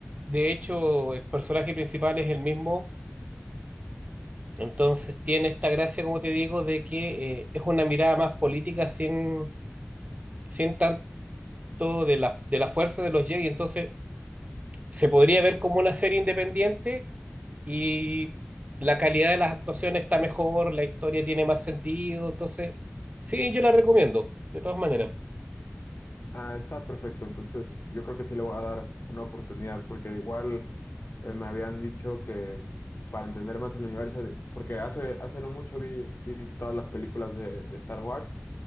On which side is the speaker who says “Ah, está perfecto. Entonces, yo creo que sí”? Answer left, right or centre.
Left